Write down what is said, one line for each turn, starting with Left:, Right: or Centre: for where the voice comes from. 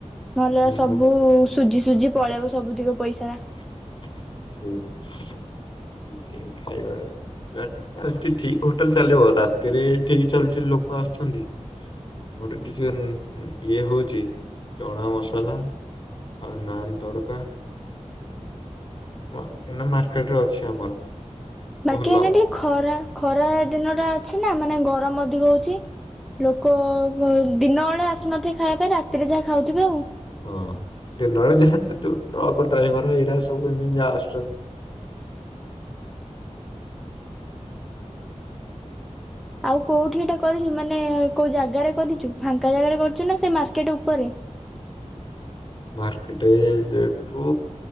Centre: ଭଲ
Left: ଆମର
Centre: ସବୁ ସୁଜିି ସୁଜି ପଳେଇବ ସବୁଧିକ ପଇସା।
Left: ସେଇ ଏଇନା ମାର୍କେଟ ରେ ଅଛି ଆମର
Centre: ବାକି
Left: ଭଲ।
Centre: ଏଇନା ଟିକେ ଖରା ଖରା ଦିନ ଟା ଅଛି ଅଛି ନା ମାନେ ଗରମ ଅଧିକ ହଉଛି ଲୋକ ଦିନ ବେଳେ ଆସୁନଥିଲେ ଖାଇବା ପାଇଁ ରାତିରେ ଯାହା ଖାଉଥିବେ ଆଉ।
Left: ହଁ ଦିନ ବଳେ ଯାହା ଯୋଉ ଟ୍ରକ ଡ୍ରାଇଭର ଏଇରା ସବୁ ଏମିତି ଯା ଆସୁଛନ୍ତି।
Centre: ଆଉ କୋଉଠି ଏଟା କରିଛୁ ମାନେ କୋଉ ଜାଗାରେ କରିଛୁ ଫାଙ୍କା ଜାଗାରେ କରିଛୁ ନା ସେ ମାର୍କେଟ ଉପରେ
Left: ମାର୍କେଟ ଯେଠୁ